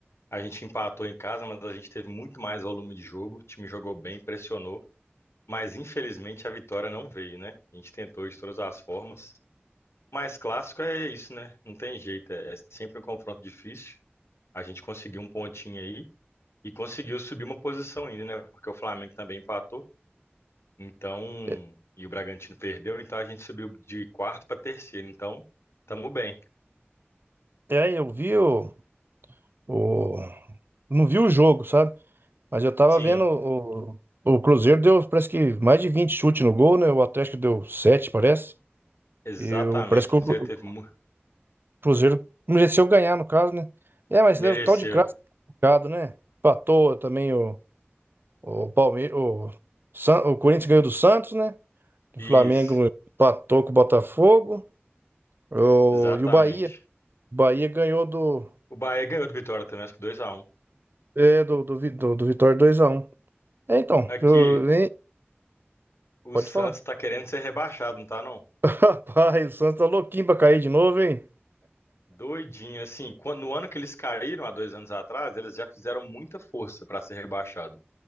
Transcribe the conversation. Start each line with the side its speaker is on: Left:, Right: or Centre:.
Left: a gente empatou em casa, mas a gente teve muito mais volume de jogo. O time jogou bem, pressionou, mas infelizmente a vitória não veio, né? A gente tentou de todas as formas. Mas clássico é isso, né? Não tem jeito, é, é sempre um confronto difícil. A gente conseguiu um pontinho aí e conseguiu subir uma posição ainda, né? Porque o Flamengo também empatou. Então,
Right: É,
Left: e o Bragantino perdeu, então a gente subiu de quarto para terceiro. Então, tamo bem.
Right: é, eu vi o, o- Não vi o jogo, sabe? Mas eu tava
Left: Sim,
Right: vendo o, o Cruzeiro deu, parece que mais de 20 chutes no gol, né? O Atlético deu 7, parece.
Left: exatamente.
Right: E o, parece que
Left: O
Right: o
Left: Cruzeiro
Right: Cru-
Left: teve, mu-
Right: o Cruzeiro mereceu ganhar, no caso, né? É, mas
Left: mereceu.
Right: deve tal de clássico, complicado, né? Empatou também o. O Palmeiras, o, San- o Corinthians ganhou do Santos, né? O
Left: Isso,
Right: Flamengo empatou com o Botafogo. O,
Left: exatamente.
Right: e o Bahia. O Bahia ganhou do,
Left: O Bahia ganhou do Vitória também, acho que 2x1.
Right: é, do, do, Vi- do, do Vitória 2x1. É, então,
Left: Aqui,
Right: eu- hein?
Left: o
Right: pode
Left: Santos
Right: falar.
Left: tá querendo ser rebaixado, não tá não?
Right: <laughs> Rapaz, o Santos tá louquinho pra cair de novo, hein?
Left: Doidinho, assim, quando, no ano que eles caíram, há dois anos atrás, eles já fizeram muita força para ser rebaixado.